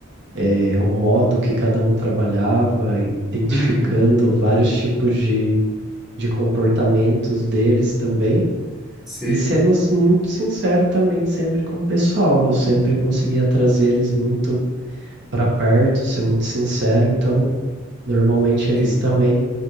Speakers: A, on the right; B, in the centre.
A: é, o modo que cada um trabalhava, identificando
B: Uhum,
A: vários tipos de, de comportamentos deles também.
B: sei.
A: E sendo s- muito sincero também sempre com o pessoal, eu sempre conseguia trazer eles muito para perto, ser muito sincero, então normalmente eles
B: Sim.
A: também